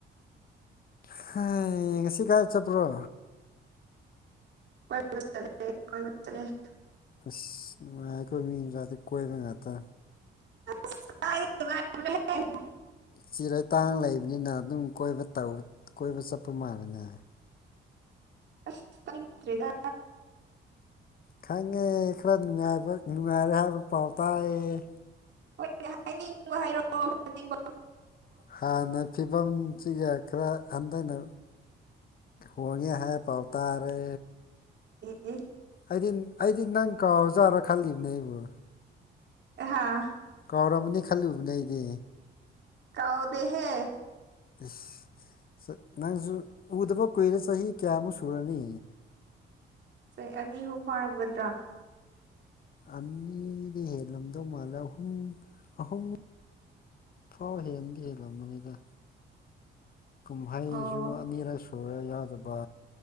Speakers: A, on the left (about 45°); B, on the right (about 65°).
A: ꯍ ꯌꯦ ꯉꯁꯤ ꯀꯥꯏ ꯆ ꯄꯨ꯭ꯔꯣ
B: ꯀꯣꯏꯦ ꯀꯦ
A: ꯑꯁ ꯅꯨꯡꯉꯥꯏ ꯑꯩꯈꯣꯏ ꯃꯤ ꯃꯆꯥꯗꯤ ꯀꯣꯏꯕ ꯉꯥꯛꯇ
B: ꯑ
A: ꯆꯤꯔꯇꯥꯡ ꯂꯩꯕꯅꯤꯅ ꯑꯗꯨꯝ ꯀꯣꯏꯕ ꯀꯣꯏꯕ ꯆꯠꯄ ꯃꯥꯜꯂꯦꯅꯦ
B: ꯑꯁ ꯇꯉꯗ꯭ꯔꯤꯒ
A: ꯈꯪꯉꯦ ꯈꯔ ꯅꯨꯡꯉꯥꯏꯕ ꯅꯨꯡꯉꯥꯏꯔꯦ ꯍꯥꯏꯕ ꯄꯥꯎ ꯇꯥꯏꯑ
B: ꯍꯣꯏ ꯍꯥꯏꯅꯤꯡꯕ ꯍꯥꯏꯔꯛꯑꯣ ꯍꯥꯏꯅꯤꯡꯕ
A: ꯍꯥꯟꯅ ꯐꯤꯕꯝꯁꯤꯒ ꯈꯔ ꯍꯟꯊꯅ ꯍꯣꯡꯒꯦ ꯍꯥꯏꯦ ꯄꯥꯎꯇꯥꯔꯦ
B: ꯎꯝ
A: ꯑꯩꯗꯤ ꯑꯩꯗꯤ ꯅꯪ ꯀꯥꯎꯖꯥꯔꯥ ꯈꯜꯂꯤꯕꯅꯦ ꯑꯩꯕꯨ
B: ꯍꯥꯥ
A: ꯀꯥꯎꯔꯝꯃꯅꯤ ꯈꯜꯂꯨꯕꯅꯦ ꯑꯩꯗꯤ
B: ꯀꯥꯎꯗꯦꯍꯦ
A: ꯑꯁ ꯅꯪꯁꯨ ꯎꯗꯕ ꯀꯨꯏꯔꯦ ꯆꯍꯤ ꯀꯌꯥꯃꯨꯛ ꯁꯨꯔꯅꯤ
B: ꯁ ꯑꯅꯤ ꯑꯍꯨꯝ ꯐꯥꯔꯝꯒꯗ꯭ꯔꯥ
A: ꯑꯅꯤꯗꯤ ꯍꯦꯜꯂꯝꯗꯧ ꯃꯥꯜꯂꯦ ꯑꯍꯨꯝ ꯑꯍꯨꯝ ꯊꯥꯎ ꯍꯦꯟꯗꯤ ꯍꯦꯜꯂꯝꯕꯅꯤꯗ ꯀꯨꯝꯍꯩꯁꯨ
B: ꯑꯣ
A: ꯑꯅꯤꯔꯛ ꯁ ꯆꯣꯡꯗꯥ ꯍꯖꯥꯗ ꯕꯥ